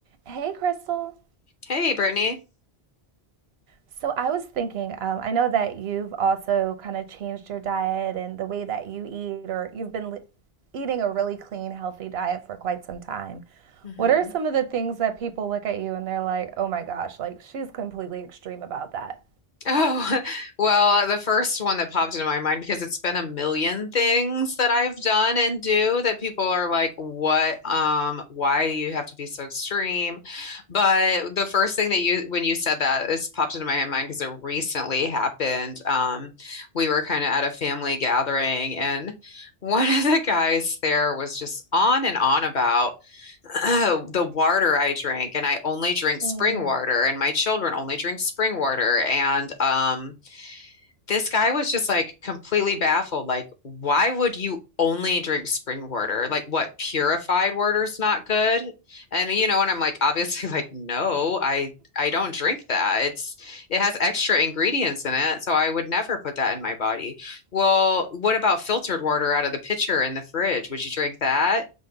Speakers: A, on the right (about 75°); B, on the left (about 50°).
A: Hey, Crystal.
B: Hey, Brittany.
A: So I was thinking, um, I know that you've also kind of changed your diet and the way that you eat, or you've been li- eating a really clean, healthy diet for quite some time.
B: hmm
A: What are some of the things that people look at you and they're like, oh my gosh, like she's completely extreme about that?
B: Oh, <laughs> well, the first one that popped into my mind because it's been a million things that I've done and do that people are like, "What? Um, why do you have to be so extreme?" But the first thing that you when you said that, this popped into my mind because it recently happened. Um, we were kind of at a family gathering, and <laughs> one of the guys there was just on and on about. Oh, the water I drink, and I only drink spring
A: Mm.
B: water, and my children only drink spring water. And um, this guy was just like completely baffled. Like, why would you only drink spring water? Like, what purified water's not good? And you know, and I'm like, obviously, <laughs> like, no, I I don't drink that. It's it has extra ingredients in it, so I would never put that in my body. Well, what about filtered water out of the pitcher in the fridge? Would you drink that?